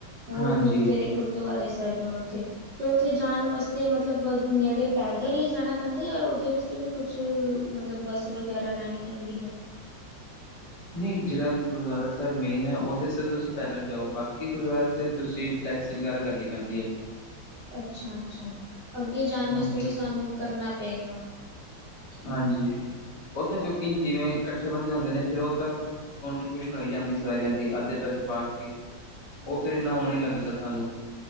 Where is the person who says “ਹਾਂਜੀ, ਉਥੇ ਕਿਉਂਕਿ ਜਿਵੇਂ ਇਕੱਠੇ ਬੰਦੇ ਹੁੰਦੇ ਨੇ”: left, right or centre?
Left